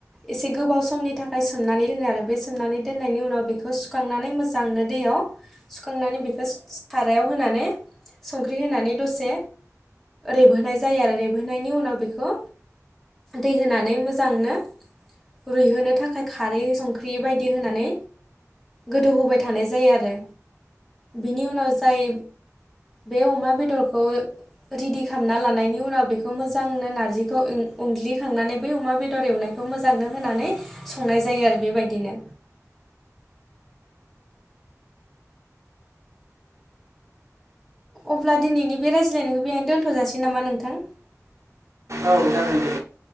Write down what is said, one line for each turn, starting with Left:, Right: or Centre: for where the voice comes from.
Centre: एसे गोबाव समनि थाखाय सोमनानै दोनो आरो बे सोमनानै दोननायनि उनाव बेखौ सुखांनानै मोजांनो दैयाव सुखांनानै बेखौ सारायाव होनानै संख्रि होनानै दसे रेबहोनाय जायो आरो रेबहोनायनि उनाव बेखौ दै होनानै मोजांनो रुइहोनो थाखाय खारै संख्रि बायदि होनानै गोदौहोबाय थानाय जायो आरो बिनि उनाव जाय बे अमा बेदरखौ रेडि खालामना लानायनि उनाव बेखौ मोजांनो नारजिखौ ओं उनग्लिखांनानै बै अमा बेदर एवनाय खौ मोजांनो होनानै संनाय जायो आरो बेबायदिनो। अब्ला दिनैनि बे रायज्लायनायखौ बेहायनो दोनथ'जासिगोन नामा नोंथां?
Right: औ जागोन दे।